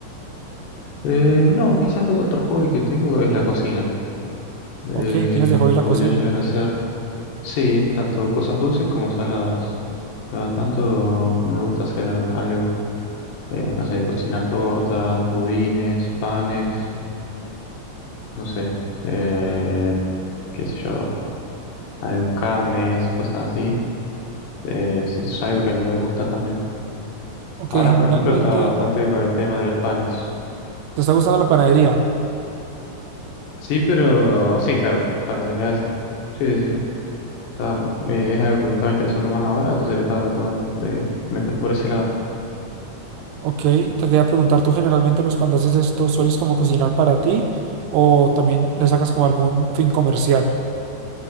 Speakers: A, on the left; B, on the right.
A: Eh, no, quizás otro hobby que tengo es la cocina.
B: ok,
A: Eh,
B: tienes de hobby la
A: podría
B: cocina,
A: llegar a ser. Sí, tanto cosas dulces como saladas. Cada tanto me gusta hacer algo. Eh, no sé, cocinar tortas, budines, panes, no sé. Eh, qué sé yo, algo, carnes, cosas así. Eh, Es, es algo que me gusta también.
B: ok,
A: Ahora,
B: generalmente,
A: por ejemplo, está bastante con el tema de los panes.
B: ¿te está gustando la panadería?
A: Sí, pero sí, claro, panadería sí. Sí, sí, sí. Está- me- es algo que me estaba interesando más ahora, entonces le estaba tratando de meter por ese lado.
B: Ok, te quería preguntar, tú generalmente, pues cuando haces esto, ¿sueles como cocinar para ti o también le sacas como algún fin comercial?